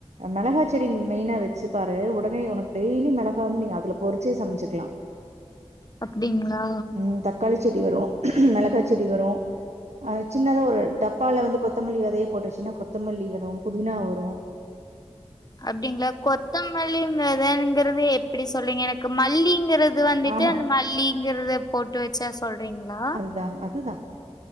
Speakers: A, on the right; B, on the left.
A: மிளகா செடி மெயினா வெச்சுப்பாரு உடனே உனக் டெய்லி மெளகா வந்து நீங்க அதுல பொறிச்சே சமச்சுக்கலா
B: அப்டிங்களா
A: ம் த க்காளி செடி வரு மெளகா செடி வரு அது சின்னதா ஒரு டப்பால வந்து கொத்தமல்லி வெதைய போட்டுவெச்சனா கொத்தமல்லி வரு புதினா வரு
B: அப்டிங்களா கொத்தமல்லி வெதங்கறது எப்டி சொல்றிங்க எனக்கு மல்லிங்கறது அது வந்துட்டு
A: ஆமா
B: அந்த மல்லிங்கறத போட்டு வெச்சா சொல்றீங்களா
A: அதுதா அதுதா